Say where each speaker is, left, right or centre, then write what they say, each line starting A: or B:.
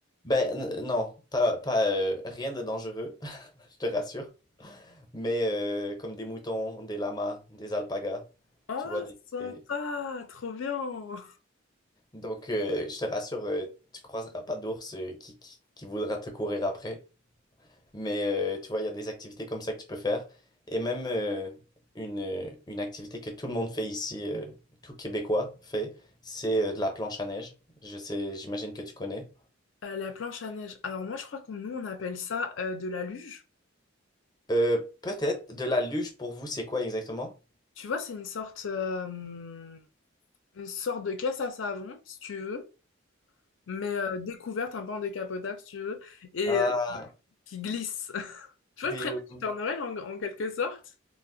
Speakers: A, on the left (about 20°); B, on the left (about 70°).
A: Ben n- non, pas, pas euh, rien de dangereux, <laughs> je te rassure. Mais euh, comme des moutons, des lamas, des alpagas,
B: Oh,
A: tu vois. Des...
B: sympa,
A: des-
B: trop bien.
A: Donc euh, je te rassure, euh, tu croiseras pas d'ours euh, qui, qui, qui voudra te courir après. Mais euh, tu vois, il y a des activités comme ça que tu peux faire. Et même euh, une, euh, une activité que tout le monde fait ici, euh, tout Québécois fait, c'est euh, de la planche à neige. Je sais, j'imagine que tu connais.
B: Euh, la planche à neige. Alors moi, je crois qu'on nous, on appelle ça euh, de la luge.
A: Euh, peut-être de la luge pour vous, c'est quoi exactement?
B: Tu vois, c'est une sorte... euh, une sorte de caisse à savon, si tu veux, mais euh, découverte, un peu en décapotable, si tu veux, et
A: Ah,
B: euh, qui glisse. <laughs> Tu vois
A: oui,
B: le traîneau
A: oui. oui.
B: du Père Noël, en, en quelque sorte?